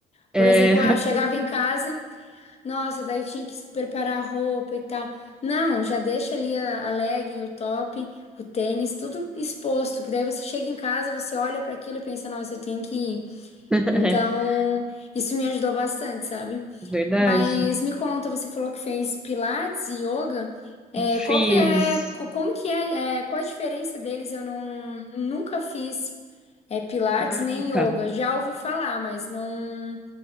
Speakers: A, in the centre; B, on the left (about 40°).
A: É.
B: Por exemplo, ah, eu chegava em casa, nossa, daí tinha que preparar a roupa e tal. Não, já deixa ali a, a legging, o top, o tênis, tudo exposto, que daí você chega em casa, você olha para aquilo e pensa, nossa, eu tenho que ir.
A: <laughs>
B: Então, isso me ajudou bastante, sabe?
A: É verdade.
B: Mas me conta, você falou que fez pilates e yoga. É,
A: Fiz.
B: qual que é, co- como que é, é, qual a diferença deles? Eu não, nunca fiz é, pilates
A: Ah,
B: nem yoga.
A: tá.
B: Já ouvi falar, mas não,